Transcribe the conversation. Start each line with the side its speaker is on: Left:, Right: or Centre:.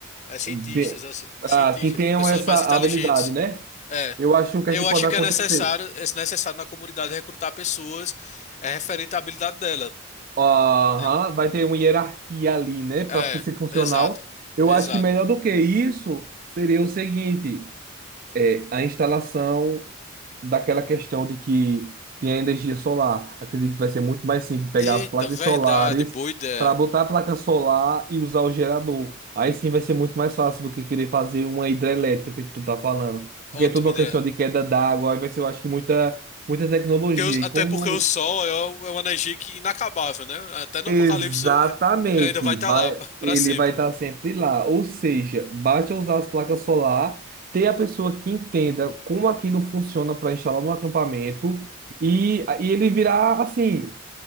Left: eh, cientistas,
Right: De...
Left: assim, cientistas,
Right: Ah, que tenham
Left: pessoas
Right: essa
Left: mais inteligentes.
Right: habilidade, né?
Left: É.
Right: Eu acho que o que
Left: Eu
Right: é que pode
Left: acho
Right: acontecer?
Left: que é necessário, é necessário na comunidade recrutar pessoas é, referente à habilidade dela, tá
Right: Aham,
Left: entendendo?
Right: vai ter uma hierarquia ali, né, para
Left: É,
Right: ser funcional.
Left: exato.
Right: Eu
Left: Exato.
Right: acho que melhor do que isso seria o seguinte: é, a instalação daquela questão de que tem a energia solar. Acredito que vai ser muito mais simples pegar
Left: Eita,
Right: as placas
Left: verdade,
Right: solares
Left: boa ideia.
Right: para botar a placa solar e usar o gerador. Aí sim vai ser muito mais fácil do que querer fazer uma hidrelétrica, feito tu tá falando. Porque
Left: Ótima
Right: é tudo uma
Left: ideia.
Right: questão de queda d'água, aí vai ser, eu acho que muita, muita tecnologia.
Left: Porque o-
Right: E
Left: até
Right: como
Left: porque o sol é, o- é uma energia que é inacabável, né? Até no
Right: Exatamente,
Left: apocalipse eh, ele ainda vai estar
Right: vai,
Left: lá <laughs> para
Right: ele
Left: sempre.
Right: vai estar sempre lá. Ou seja, basta usar as placas solar, ter a pessoa que entenda como aquilo funciona para instalar no acampamento e, e ele virá assim,